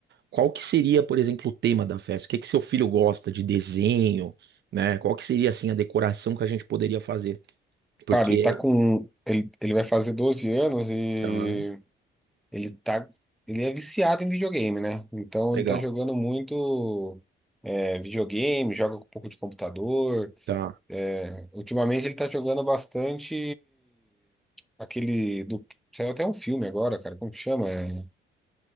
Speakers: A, on the right (about 60°); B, in the centre.
A: Qual que seria, por exemplo, o tema da festa? O que que seu filho gosta de desenho, né? Qual que seria, assim, a decoração que a gente poderia fazer? Porque,
B: Cara, ele tá com. Ele, ele vai fazer 12 anos e
A: tá,
B: ele tá. Ele é viciado em videogame, né? Então
A: legal,
B: ele tá jogando muito é, videogame, joga com um pouco de computador.
A: tá.
B: É, ultimamente ele tá jogando bastante aquele do. Saiu até um filme agora, cara. Como que chama? É...